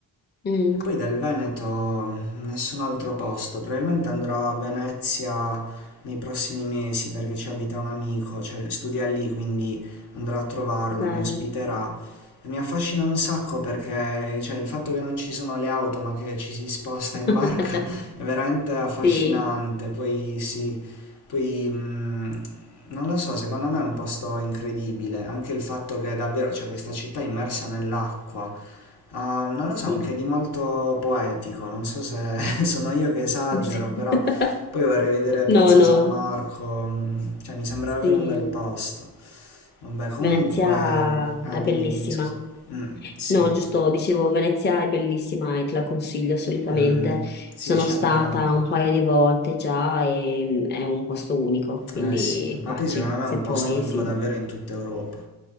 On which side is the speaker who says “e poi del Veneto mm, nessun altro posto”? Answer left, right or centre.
Left